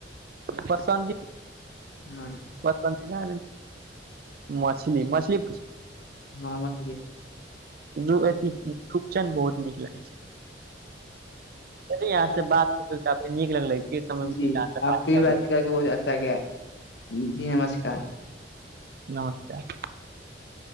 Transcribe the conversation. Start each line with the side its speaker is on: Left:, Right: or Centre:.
Right: पसन्द
Left: हँ
Right: पसन्दिदा मछली मछली
Left: हँ मछली
Right: जो अथी रूपचन बहुत नीक लागै छै
Left: <unintelligible>
Right: चलि अहाँ से बात काफी नीक लगलै फेर समय मिलत तऽ अहाँ से बात करबै
Left: जी नमस्कार
Right: नमस्कार